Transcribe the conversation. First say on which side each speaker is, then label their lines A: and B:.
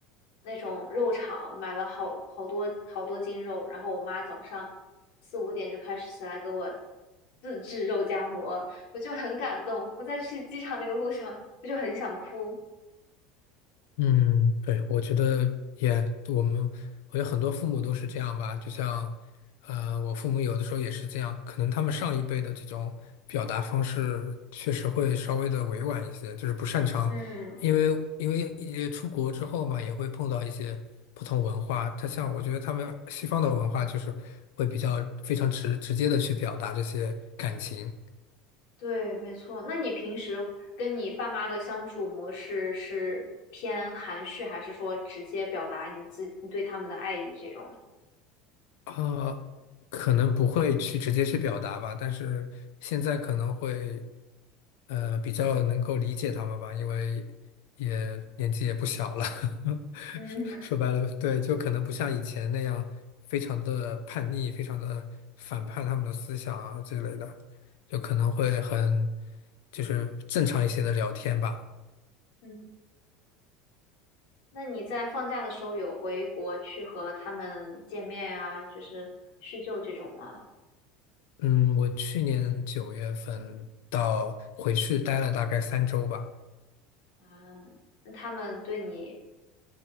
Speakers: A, on the left; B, on the left.
A: 那种肉场买了好好多好多斤肉，然后我妈早上四五点就开始起来给我自制肉夹馍，我就很感动。我在去机场那个路上，我就很想哭。
B: 嗯，对，我觉得也，我们我觉得很多父母都是这样吧，就像，呃，我父母有的时候也是这样，可能他们上一辈的这种表达方式确实会稍微的委婉一些，就是不擅长，
A: 嗯，
B: 因为因为也出国之后嘛，也会碰到一些不同文化，他像我觉得他们西方的文化就是会比较非常直直接的去表达这些感情，
A: 对，没错。那你平时跟你爸妈的相处模式是偏含蓄，还是说直接表达你自你对他们的爱意这种？
B: 啊，可能不会去直接去表达吧，但是现在可能会，呃，比较能够理解他们吧，因为也年纪也不小了，<laughs>
A: 嗯 <laughs>
B: 说白了，对，就可能不像以前那样非常的叛逆，非常的反叛他们的思想啊之类的，就可能会很，就是正常一些的聊天吧。
A: 嗯，那你在放假的时候有回国去和他们见面啊，就是叙旧这种吗？
B: 嗯，我去年九月份到回去待了大概三周吧。
A: 啊，那他们对你